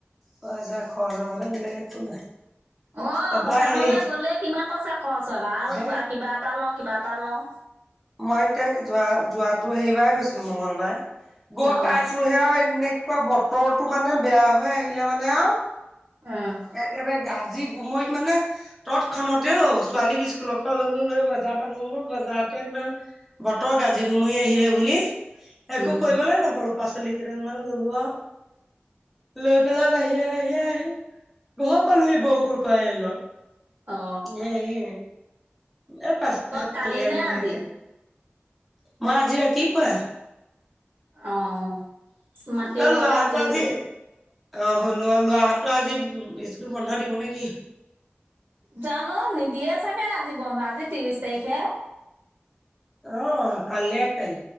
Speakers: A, in the centre; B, on the right.
A: পইচা খৰচ <unintelligible> একো নাই।
B: অ',
A: তাৰপা
B: বজাৰখনলে
A: হেৰি
B: গ'লে কিমান পইচা খৰচ হয়, ভাল
A: হে
B: কিবা এটা লওঁ কিবা এটা <unintelligible> লওঁ।
A: মই এতিয়া যোৱা-যোৱাতো সেইবাৰ গৈছিলো মংগলবাৰে। গৈ
B: অ
A: পাইছোহে আৰু, এনেকুৱা বতৰটো মানে বেয়া হৈ আহিলে মানে আৰু।
B: উম
A: একেবাৰে গাজি গুমৰি মানে তৎক্ষনতে ঔ, ছোৱালীক স্কুলৰ পৰা ললো, লৈ বজাৰ পালো বজ <unintelligible> বতৰ গাজি গুমৰি আহিলে বুলি, একো
B: উম
A: কৰিবলৈ নাপালোঁ পাচলি কেইদমান ললো আৰু, লৈ পেলাই বাহিৰে বাহিৰে আহি ঘৰ পালোহি বৰষুুৰ <unintelligible> আহিলত,
B: অ
A: হেই এ <unintelligible>
B: তই কালি
A: আনিব
B: নে আজি
A: লাগে, মই আজি ৰাতিপুৱা
B: অ', মাটি
A: অ
B: ৰুোৱালে
A: লৰাহতৰ
B: আজৰি
A: আজি
B: হলি।
A: অ', হলো অ', লৰা হতৰ আজি স্কুল বন্ধ দিব নেকি?
B: জানো নিদিয়ে চাগে আজি বন্ধ, আজি ত্ৰিশ তাৰিখহে।
A: আহ, কাললৈ এক তাৰি,